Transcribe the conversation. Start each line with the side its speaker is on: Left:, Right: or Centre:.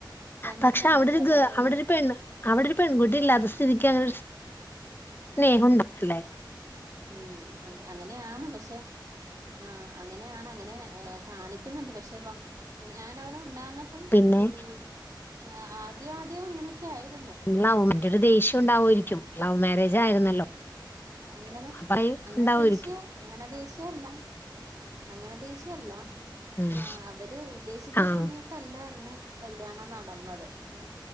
Right: രണ്ടും
Left: പക്ഷെ
Right: രണ്ട്
Left: അവിടെരു
Right: സ്വഭാവമാണ്
Left: ഗ് അവിടെ ഒരു പെണ്ണ്- അവിടെ ഒരു പെൺകുട്ടി ഇല്ലാത്ത സ്ഥിതിക്ക് അങ്ങനൊരു സ്നേഹം ഇണ്ടാവാതില്ലേ
Right: ഉം അങ്ങ അങ്ങനെയാണ് പക്ഷെ- ആഹ് അങ്ങനെയാണ് അങ്ങനെ കാണിക്കുന്നുണ്ട് പക്ഷെ ഇപ്പ ഞാനവിടെ ഉണ്ടായിരുന്ന ഇപ്പം
Left: പിന്നെ
Right: ഉം അ ആദ്യം ആദ്യം അങ്ങനെയൊക്കെ ആയിരുന്ന്
Left: ന്നാവും അയിൻ്റെ ഒരു ദേഷ്യം ഉണ്ടാവുവേയിരിക്കും ലവ് മാര്യേജ് ആയിരുന്നല്ലോ
Right: അങ്ങനെ
Left: പറയും
Right: അങ്ങനെ
Left: ഉണ്ടാവുമായിരിക്കും
Right: ദേഷ്യ അങ്ങനെ ദേഷ്യയല്ല അങ്ങനെ ദേഷ്യയല്ല
Left: ഉം
Right: എഹ് അവര് ഉദ്ദേശിച്ച
Left: ആഹ്
Right: സമയ തല്ലായിരുന്ന് കല്യാണം നടന്നത് ഏഹ്